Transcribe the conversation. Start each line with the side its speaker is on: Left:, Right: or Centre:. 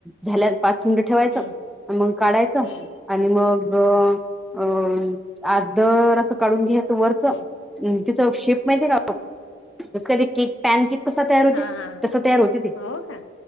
Centre: झाल्या पाच मिनट ठेवायचं
Left: हम्म
Centre: मग काढायचं
Left: हम्म
Centre: आणि मग अअं आदर असं काढून घ्यायचं वरच.
Left: हम्म
Centre: चा शेप माहिती का? कधी के पॅनकेक कसा तयार होते
Left: हां हां,
Centre: तसं तयार होते ते
Left: हो का?